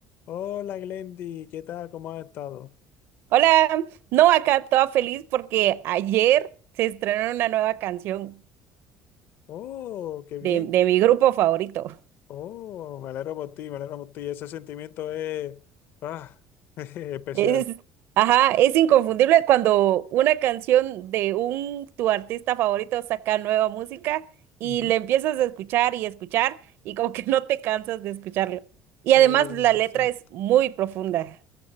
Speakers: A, on the left; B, on the right.
A: Hola Glendy, ¿qué tal? ¿Cómo has estado?
B: Hola, no, acá toda feliz porque ayer se estrenó una nueva canción
A: Oh, qué bien.
B: de, de mi grupo favorito.
A: Oh, me alegro por ti, me alegro por ti. Ese sentimiento es ah, <laughs> especial.
B: Es, ajá, es inconfundible cuando una canción de un tu artista favorito saca nueva música y
A: Ujú.
B: le empiezas a escuchar y escuchar y como que <laughs> no te cansas de escucharlo. Y
A: Eh,
B: además la letra
A: exacto.
B: es muy profunda,